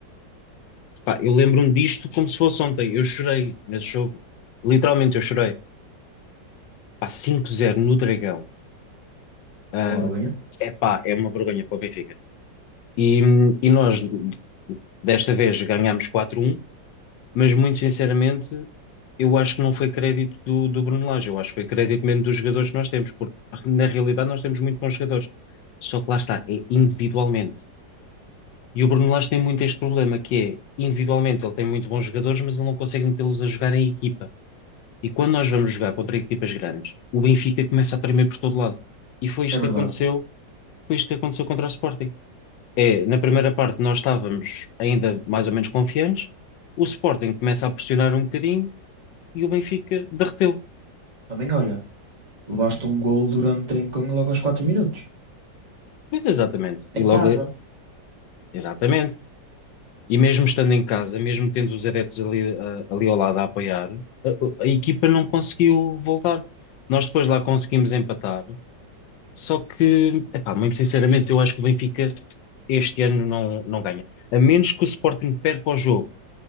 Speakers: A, on the left; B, on the right.
A: Epá, eu lembro-me disto como se fosse ontem. Eu chorei nesse jogo. Literalmente eu chorei. Epá, 5-0 no Dragão. Ah,
B: Uma vergonha.
A: epá, é uma vergonha para o Benfica. E, e nós, desta vez, ganhámos 4-1 mas muito sinceramente, eu acho que não foi crédito do, do Bruno Lage, eu acho que foi crédito mesmo dos jogadores que nós temos, porque na realidade nós temos muito bons jogadores, só que lá está, é individualmente. E o Bruno Lage tem muito este problema, que é, individualmente ele tem muito bons jogadores, mas ele não consegue metê-los a jogar em equipa. E quando nós vamos jogar contra equipas grandes, o Benfica começa a tremer por todo lado. E foi isto
B: É
A: que
B: verdade.
A: aconteceu, foi isto que aconteceu contra o Sporting. É, na primeira parte nós estávamos ainda mais ou menos confiantes, o Sporting começa a pressionar um bocadinho, e o Benfica derreteu.
B: Também, olha, levaste um gol durante trincão logo aos 4 minutos.
A: Pois exatamente. E
B: Em
A: logo,
B: casa.
A: exatamente. E mesmo estando em casa, mesmo tendo os adeptos ali, ah, ali ao lado a apoiar, a, a equipa não conseguiu voltar. Nós depois lá conseguimos empatar, só que, epá, muito sinceramente, eu acho que o Benfica este ano não, não ganha. A menos que o Sporting perca o jogo